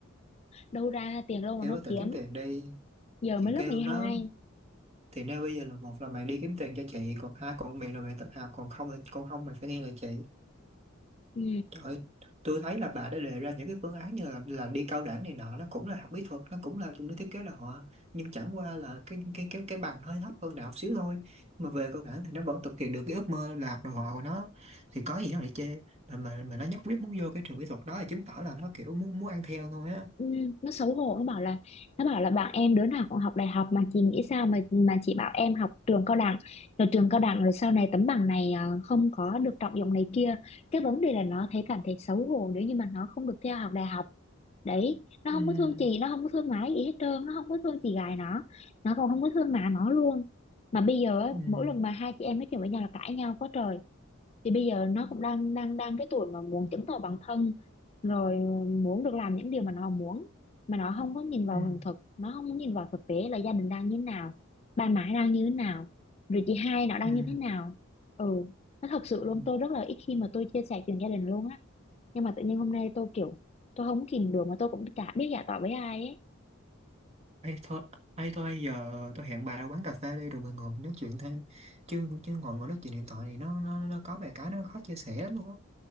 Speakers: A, on the left (about 30°); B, on the right (about 30°).
A: đâu ra tiền đâu mà
B: kêu
A: nó
B: nó tự
A: kiếm
B: kiếm tiền đi
A: giờ
B: thì
A: mới lớp
B: kêu
A: 12
B: nó thì nếu bây giờ là một là mày đi kiếm tiền cho chị còn hai còn mày là mày tự học còn không là còn không mày phải nghe lời chị
A: ừ.
B: Trời ơi, tôi thấy là bà đã đề ra những cái phương án như là, là đi cao đẳng này nọ nó cũng là học mỹ thuật nó cũng là dùng để thiết kế đồ họa nhưng chẳng qua là cái cái cái cái bằng hơi thấp hơn đại học xíu thôi mà về cao đẳng thì nó vẫn thực hiện được cái ước mơ là học đồ họa của nó thì có gì nó lại chê mà mà mà nó nhất quyết muốn vô cái trường mỹ thuật đó thì chứng tỏ là nó kiểu muốn muốn ăn theo thôi á
A: Ừ, nó xấu hổ nó bảo là nó bảo là bạn em đứa nào cũng học đại học mà chị nghĩ sao mà mà chị bảo em học trường cao đẳng rồi trường cao đẳng rồi sau này tấm bằng này à, không có được trọng dụng này kia cái vấn đề là nó thấy cảm thấy xấu hổ nếu như mà nó không được theo học đại học đấy nó
B: Ừm,
A: không có thương chị nó không có thương má gì hết trơn nó không có thương chị gái nó nó còn không có thương má nó luôn mà bây giờ á,
B: ừm,
A: mỗi lần mà hai chị em nói chuyện với nhau là cãi nhau quá trời thì bây giờ nó cũng đang đang đang cái tuổi mà muốn chứng tỏ bản thân rồi muốn được làm những điều mà nó muốn mà nó không có nhìn vào
B: ừm,
A: hiện thực nó không có nhìn vào thực tế là gia đình đang như thế nào ba má đang như thế nào rồi chị hai nó đang
B: ừm,
A: như thế nào ừ nó thật sự luôn
B: ừm.
A: tôi rất là ít khi mà tôi chia sẻ chuyện gia đình luôn á nhưng mà tự nhiên hôm nay tôi kiểu tôi không kìm được mà tôi cũng chả biết giải tỏa với ai ấy
B: Ê, thôi, ấy thôi giờ tôi hẹn bà ra quán cà phê đi rồi mình ngồi mình nói chuyện thêm chứ chứ ngồi ngồi nói chuyện điện thoại này nó nó, nó có vài cái nó khó chia sẻ lắm luôn á